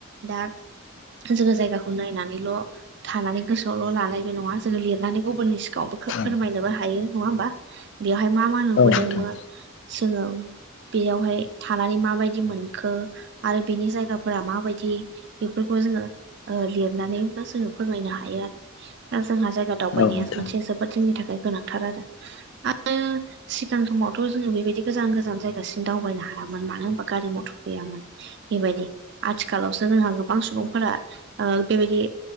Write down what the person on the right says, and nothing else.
दा जोङो जायगाखौ नायनानैल' थानानै गोसोआवल' लानायबो नङा जोङो लिरनानै गुबुननि गावबो
फोरमायनोबो हायो नङा होमबा बेवहाय मा मा नुबोदोंमोन।
जोङो बेयावहाय थानानै मा माबायदि मोनखो आरो बिनि जायगाफोरा माबायदि बेफोरखौ जोङो ओ लिरनानैबो जोङो फोरमायनो हायो आरो दा जोंहा जायगा दावबायनाया
मोनसे जोब जोबोद जोंनि थाखाय गोनांथार आरो आरो सिगां समावथ' जोङो बेबायदि गोजान गोजान जायगासिम दावबायनो हायामोन मानो होनबा गारि मथर गैयामोन। बेबायदि आथिखालावसो जोंहा गोबां सुबुंफोरा बेबायदि